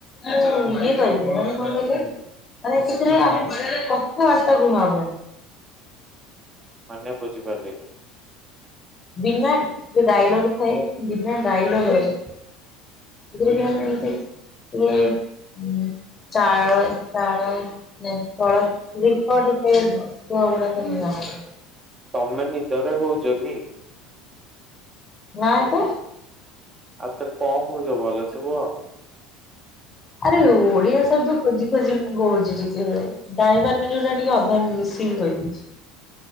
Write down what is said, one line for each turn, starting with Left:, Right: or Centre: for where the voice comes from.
Left: ମୁଁ ଇଏ କରିବି ମାନେ କଣ କହିଲେ ମାନେ ସେଥିରେ ଆମେ କଥାବାର୍ତ୍ତା <unintelligible> ହବନି।
Right: ମାନେ ବୁଝି ପାରିଲିନି?
Left: ବିନା ଯୋଉ ଡାଇଲଗ ଥାଏ ବିନା ଡାଇଲଗରେ ସେଥିରେ ଟିକେ ମାନେ ଏମିତି ଇଏ ହୁଁ ଚାଳ ଚାଳ ନାଇ ଚଳ ଦୀପ ଟିକେ ଦୀପ ଗୁଡାକ ନିଆ ହବ
Right: ତମେ ନିଦରେ କହୁଛ କି?
Left: ନାଇ ତ
Right: ଆଉ ତ କଣ କହୁଛ ଭଳସେ କୁହ?
Left: ଆରେ ଓଡିଆ ଶବ୍ଦ ଖୋଜି ଖୋଜି ମୁଁ କହୁଛି ଟିକେ। ଜାଣିପାରୁନି ଯୋଉଟା ଟିକେ ଅଧା ମିସିକି କହିଦେଉଛି।